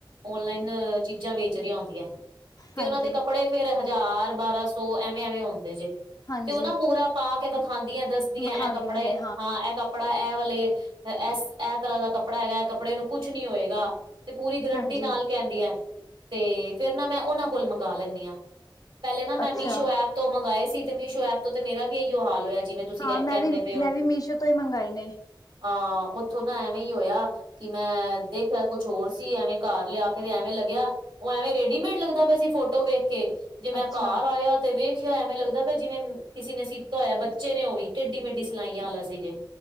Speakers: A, on the right; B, on the left.
A: ਔਨਲਾਈਨ ਚੀਜ਼ਾਂ ਵੇਚ ਰਹੀ ਆਉਂਦੀਆਂ ਤੇ
B: ਹਾਂਜੀ,
A: ਉਹਨਾਂ ਦੇ ਕੱਪੜੇ ਫੇਿਰ ਹਜ਼ਾਰ ਬਾਰਾਂ ਸੌ ਐਵੇਂ ਐਵੇਂ ਹੁੰਦੇ ਜੇ
B: ਹਾਂਜੀ
A: ਤੇ ਉਹਨਾਂ ਪੂਰਾ ਪਾ ਕੇ ਵਿਖਾਦੀਆਂ ਦੱਸਦੀਆਂ
B: ਵਿਖਾਉਂਦੀਆਂ
A: ਇਹ ਕੱਪੜੇ
B: ਨੇ
A: ਹਾਂ ਇਹ ਕੱਪੜੇ ਕੱਪੜਾ ਇਹ ਵਾਲੇ ਇਸ ਇਹ ਤਰ੍ਹਾਂ ਦਾ ਕੱਪੜਾ ਹੈਗਾ ਇਹ ਕੱਪੜੇ ਨੂੰ ਕੁਛ ਨੀ ਹੋਏਗਾ ਤੇ ਪੂਰੀ ਗਰੰਟੀ
B: ਹਾਂਜੀ
A: ਨਾਲ ਕਹਿੰਦੀ ਹੈ ਤੇ ਫਿਰ ਨਾ ਮੈਂ ਉਹਨਾਂ ਕੋਲ ਮੰਗਵਾ ਲੈਂਦੀ ਹਾਂ ਪਹਿਲੇ ਨਾ ਮੈਂ
B: ਅੱਛਾ
A: ਮੀਸ਼ੋ ਐਪ ਤੋਂ ਮੰਗਵਾਏ ਸੀ ਤੇ ਮੀਸ਼ੋ ਐਪ ਤੋਂ ਤੇ ਮੇਰਾ ਵੀ ਇਹੀੋ ਹਾਲ ਹੋਇਆ ਜਿਵੇਂ ਤੁਸੀਂ
B: ਹਾਂ
A: ਕਹਿੰਦੇ
B: ਮੈਂ ਵੀ, ਮੈਂ
A: ਪਏ ਹੋ
B: ਵੀ ਮੀਸ਼ੋ ਤੋਂ ਈ ਮੰਗਾਏ ਨੇ।
A: ਹਾਂ ਉੱਥੋਂ ਨਾ ਐਵੇਂ ਹੀ ਹੋਇਆ ਕਿ ਮੈਂ ਦੇਖਿਆ ਕੁਛ ਹੋਰ ਸੀ, ਐਵੇਂ ਘਰ ਲਿਆ ਕੇ ਤੇ ਐਵੇਂ ਲੱਗਿਆ ਉਹ ਐਵੇਂ ਰੇਡੀਮੇਡ ਲੱਗਦਾ ਪਿਆ ਸੀ ਫੋਟੋ ਵੇਖ ਕੇ, ਜੇ ਮੈਂ
B: ਅੱਛਾ
A: ਘਰ ਆਇਆ ਤੇ ਵੇਖ ਦੇਖਿਆ ਹੋਇਆ ਲੱਗਦਾ ਜਿਵੇਂ, ਕਿਸੇ ਨੇ ਸੀਤਾ ਹੋਇਆ ਬੱਚੇ ਨੇ ਉਹ ਵੀ, ਟੇਡੀ ਮੇਡੀ ਸਿਲਾਈਆਂ ਵਾਲਾ ਸੀ ਜੇ